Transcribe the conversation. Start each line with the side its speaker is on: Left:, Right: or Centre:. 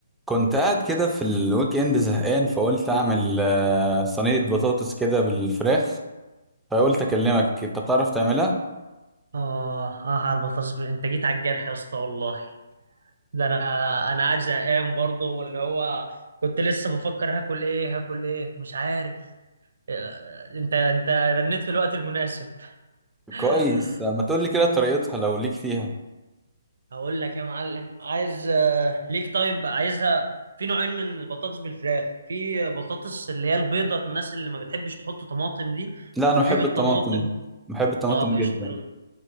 Centre: كنت قاعد كده في الويك اند زهقان فقلت اعمل آه، صينية بطاطس كده بالفراخ فقلت اكلمك انت بتعرف تعملها
Right: آه آه على البطاطس بال- أنت جيت على الجرح يا اسطى والله ده أنا أنا قاعد زهقان برضه واللي هو كنت لسه بفكر هاكل إيه هاكل إيه مش عارف آه، أنت أنت رنيت في الوقت المناسب <laughs>
Centre: كويس ما تقول لي كده طريقتها لو ليك فيها
Right: هقول لك يا معلم عايز آه، ليك طيب عايزها في نوعين من البطاطس بالفراخ في بطاطس اللي هي البيضة الناس اللي ما بتحبش تحط طماطم دي
Centre: لا انا
Right: وفي
Centre: بحب
Right: بالطماطم
Centre: الطماطم بحب الطماطم
Right: طب قشطة
Centre: جدا
Right: يلا